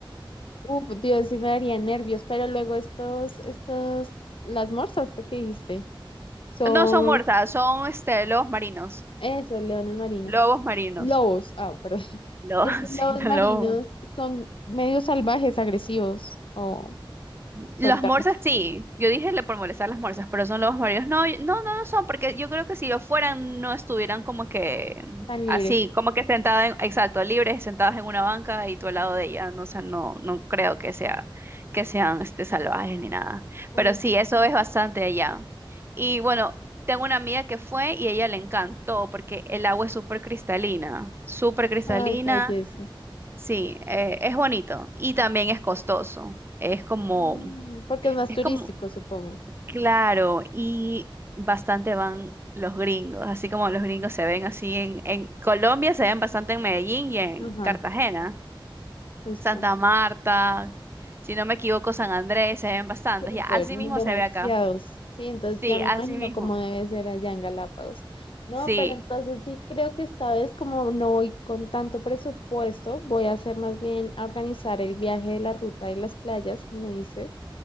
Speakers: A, on the left; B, on the right.
A: Uf, Dios, sí me daría nervios, pero luego estos, estos, las morsas, fue que dijiste, son
B: No son muertas, son este, lobos marinos.
A: Eso, leones marinos.
B: Lobos marinos.
A: Lobos, ah, perdón. <laughs>
B: Lobos,
A: Estos lobos
B: <laughs> sí, los
A: marinos
B: lobos
A: son medio salvajes, agresivos o
B: Las
A: son tranquilos,
B: morsas sí, yo dije le por molestar las morsas, pero son lobos marinos. No, y- no, no, no son, porque yo creo que si lo fueran no estuvieran como que
A: tan libres.
B: así, como que sentadas, en, exacto, libres, sentadas en una banca y tú al lado de ella, no, o sea, no, no creo que sea, que sean este, salvajes ni nada.
A: Okay.
B: Pero sí, eso es bastante allá. Y bueno, tengo una amiga que fue y ella le encantó porque el agua es súper cristalina, súper cristalina,
A: Ay, qué belleza.
B: sí, eh, es bonito y también es costoso. Es como
A: Mm, porque es más
B: es
A: turístico,
B: como,
A: supongo.
B: claro, y bastante van los gringos, así como los gringos se ven así en, en Colombia, se ven bastante en Medellín y en
A: Ajá,
B: Cartagena,
A: justo.
B: Santa Marta, si no me equivoco, San Andrés, se ven bastantes,
A: Súper,
B: ya, así
A: mm,
B: mismo
A: demasiados.
B: se ve acá.
A: Sí, entonces
B: Sí,
A: ya me
B: así
A: imagino
B: mismo.
A: cómo debe ser allá en Galápagos. No,
B: Sí,
A: pero entonces yo creo que esta vez como no voy con tanto presupuesto, voy a hacer más bien a organizar el viaje de la ruta de las playas que me dices.